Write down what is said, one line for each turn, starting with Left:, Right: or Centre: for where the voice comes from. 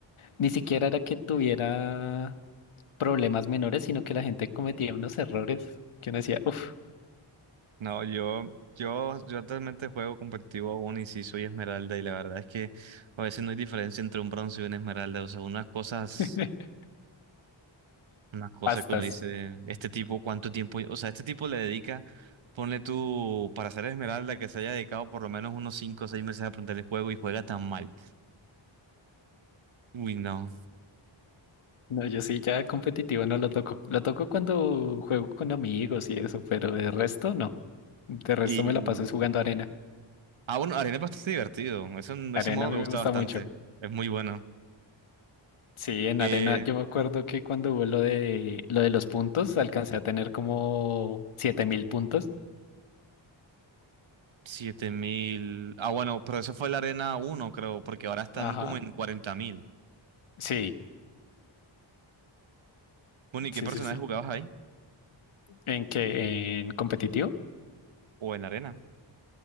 Left: ni siquiera era que tuviera problemas menores, sino que la gente cometía unos errores que uno decía, uff,
Right: No, yo, yo, yo actualmente juego competitivo aún y sí soy esmeralda y la verdad es que a veces no hay diferencia entre un bronce y una esmeralda. O sea, unas cosas,
Left: <laughs>
Right: unas cosas
Left: bastas.
Right: que uno dice, este tipo, ¿cuánto tiempo? O sea, este tipo le dedica, ponle tú, para ser esmeralda, que se haya dedicado por lo menos unos 5 o 6 meses a aprender el juego y juega tan mal. Uy, no.
Left: No, yo sí, ya competitivo no lo toco. Lo toco cuando juego con amigos y eso, pero de resto no. De resto
Right: Y...
Left: me la paso es jugando arena.
Right: Ah, bueno, Arena es bastante divertido. Ese, ese
Left: Arena
Right: modo
Left: a mí
Right: me
Left: me
Right: gusta
Left: gusta
Right: bastante.
Left: mucho.
Right: Es muy bueno.
Left: Sí, en
Right: Eh,
Left: arena yo me acuerdo que cuando hubo lo de lo de los puntos, alcancé a tener como siete mil puntos.
Right: siete mil Ah, bueno, pero eso fue la Arena uno creo, porque ahora están
Left: Ajá.
Right: como en 40.000.
Left: Sí,
Right: Bueno, ¿y
Left: sí,
Right: qué personajes
Left: sí, sí.
Right: jugabas ahí?
Left: En que en competitivo,
Right: ¿O en la Arena?